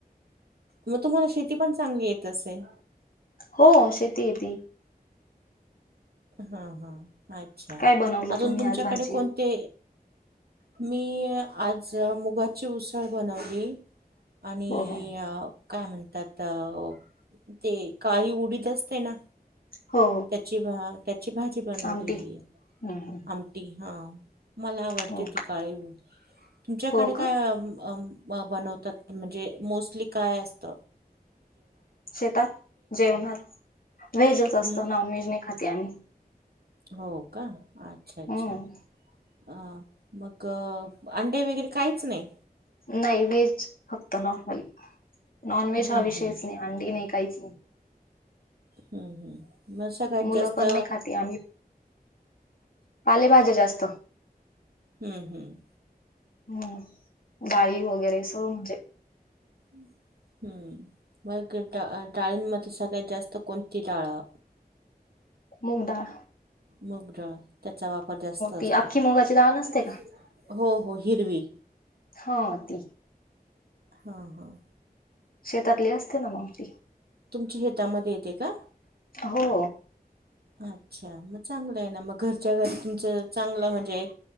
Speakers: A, on the right (about 80°); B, on the left (about 65°).
A: म तुम्हाला शेती पण चांगली येत असेल?
B: हो शेती येती.
A: हा हा अच्छा
B: काय बनवलं
A: अजून
B: तुम्ही
A: तुमच्याकडे
B: आज भाजी
A: कोणते मी आज मुगाची उसळ बनवली आणि
B: हो हो
A: काय म्हणतात अ ते काळी उडीत असते ना
B: हो
A: त्याची भा त्याची भाजी बनवलेली
B: आमटी
A: येय.
B: हं हं
A: आमटी हा मला आवडते
B: हो
A: ती काळी तुमच्याकडे
B: हो
A: काय
B: का
A: अं अं म बनवतात म्हणजे मोस्टली काय असत?
B: शेतात जेवणात व्हेजच असत
A: हं?
B: नॉन व्हेजने खात आम्ही.
A: हो का अच्छा अच्छा.
B: हम्म
A: अ मग अंडे वगैरे काहीच नाही?
B: नाई व्हेज फक्त नॉर्मल नॉनव्हेज
A: हं,
B: हा विषयच
A: हं,
B: नाई अंडी नाई काहीच हो.
A: हम्म हम्म मग सगळ्यात
B: मुलं
A: जास्त
B: पण नाही खाते आम्ही पालेभाज्या जास्त.
A: हम्म हम्म.
B: हम्म डाळी वगैरे सगळं म्हणजे
A: हुं. हम्म मग डा अ डाळींमध्ये सगळ्यात जास्त कोणती डाळ आ
B: मुगदाळ.
A: मुगडाळ त्याचा वापर जास्त असतो
B: ती अख्खी मुगाची डाळ नसते
A: हूं.
B: का
A: हो हो हिरवी.
B: हा ती.
A: हा हा.
B: शेतातली असते ना मग ती
A: छेतामध्ये येते का
B: हो
A: अच्छा मग चांगलं आहे ना मग घरच्या घरी तुमच चांगलं म्हणजे